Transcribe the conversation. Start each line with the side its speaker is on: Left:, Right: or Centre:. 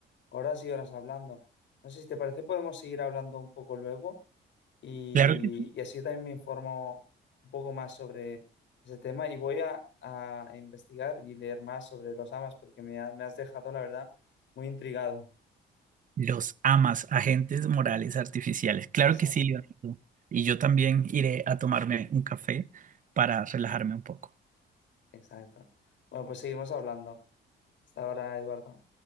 Left: horas y horas hablando. No sé si te parece, podemos seguir hablando un poco luego. y,
Right: Claro que
Left: y así yo también me informo un poco más sobre ese tema y voy a, a investigar y leer más sobre los amas porque me, ha- me has dejado, la verdad, muy intrigado.
Right: los amas, agentes morales artificiales. Claro
Left: Exacto,
Right: que sí, Leonardo. Y yo también iré a tomarme un café para relajarme un poco.
Left: exacto. Bueno, pues seguimos hablando. Hasta ahora, Eduardo.